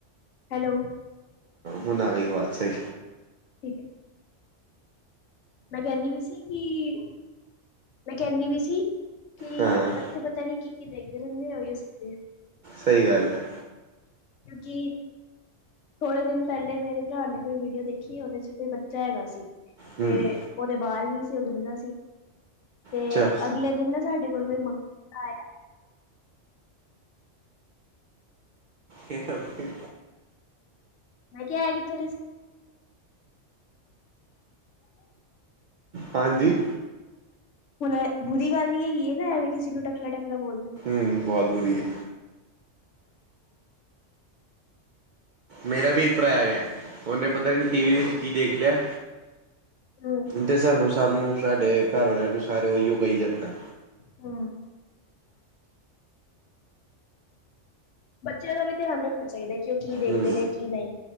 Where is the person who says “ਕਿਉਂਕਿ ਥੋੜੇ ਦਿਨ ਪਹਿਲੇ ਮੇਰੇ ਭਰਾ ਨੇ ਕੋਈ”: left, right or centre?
Left